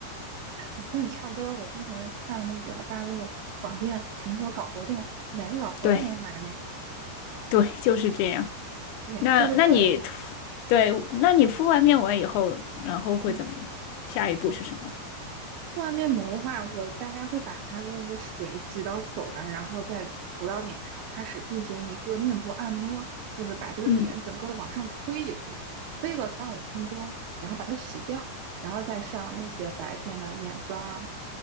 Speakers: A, on the right; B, on the left.
A: 我和你差不多。我经常看那个大陆网店什么时候搞活动，哪个搞活动我买哪个。
B: 对对，就是这样。
A: 对，
B: 那那你涂，
A: 这就对了。
B: 对，那你敷完面膜以后，然后会怎么？
A: 嗯。
B: 下一步是什么？
A: 敷完面膜的话，我大概会把它的那个水挤到手上，然后再涂到脸上，开始进行一个面部按摩，就是把这个脸整个的往上推一推，
B: 嗯
A: 推个三五分钟，然后把它洗掉，然后再上那些白天的眼霜啊、